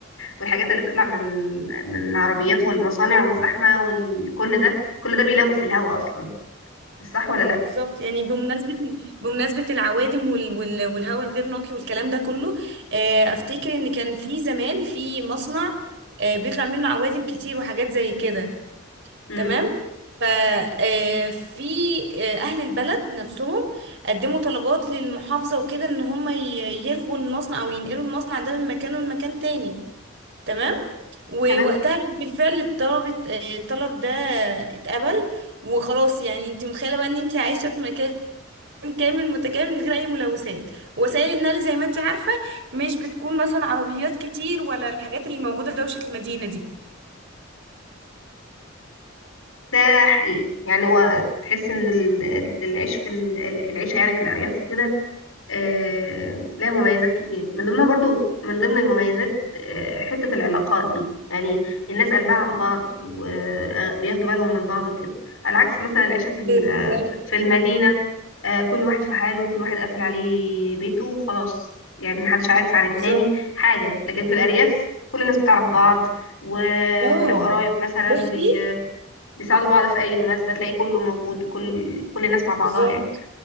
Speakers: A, on the left (about 80°); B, on the right (about 60°).
A: والحاجات اللي بتطلع من من العربيات والمصانع والزحمة وكل ده كل ده بيلوث الهواء أصلا مش صح ولا لأ؟
B: بالظبط يعني بمناسبة بمناسبة العوادم وال... وال... والهواء الغير نقي والكلام ده كله آه، أفتكر إن كان في زمان في مصنع آه، بيطلع منه عوادم كتير وحاجات زي كده
A: مم.
B: تمام ف آه، في آه، أهل البلد نفسهم قدموا طلبات للمحافظة وكده إن هم ي- يلغوا المصنع أو ينقلوا المصنع ده من مكانه لمكان تاني تمام ووقتها
A: تمام
B: بالفعل الطلب آه، الطلب ده اتقبل وخلاص يعني انت متخيله بقى ان انت عايشه في مكان كامل متكامل من غير اي ملوثات وسائل النقل زي ما انت عارفه مش بتكون مثلا عربيات كتير ولا الحاجات اللي موجوده في دوشه المدينه دي
A: ده حقيقي يعني هو تحس ان ال- ال- العيش في ال- ال- العيشه يعني في الارياف وكده آه، لها مميزات كتير من ضمنها برضو من ضمن المميزات آه، حته العلاقات دي يعني الناس قلبها على بعض وبياخدوا بالهم من بعض وكده على عكس مثلا العيشه في ال-
B: بالظبط
A: آه، في في المدينه آه، كل واحد في حاله وكل واحد قافل عليه بيته وخلاص يعني محدش عارف عن التاني
B: بالظبط
A: حاجه لكن في الارياف كل الناس بتعرف بعض ولو
B: اه
A: قرايب مثلا
B: بصي
A: بيساعدوا بعض في اي مناسبه تلاقي كله موجود وكل كل الناس مع بعضها
B: بالظبط
A: يعني